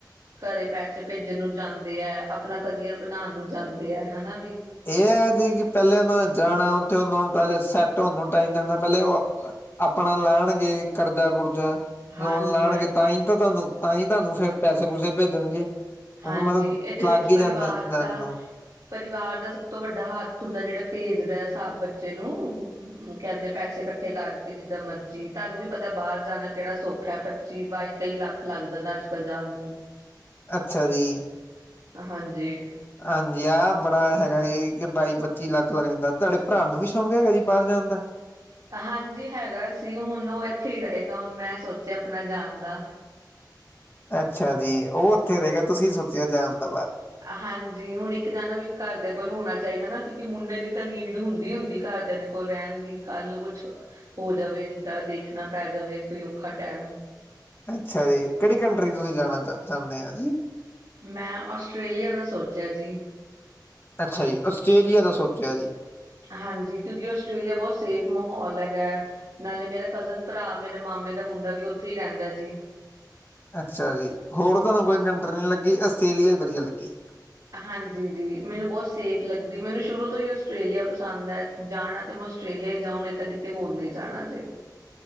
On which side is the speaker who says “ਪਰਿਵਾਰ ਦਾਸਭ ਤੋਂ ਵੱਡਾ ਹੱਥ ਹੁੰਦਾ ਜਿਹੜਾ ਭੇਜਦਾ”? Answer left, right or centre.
Right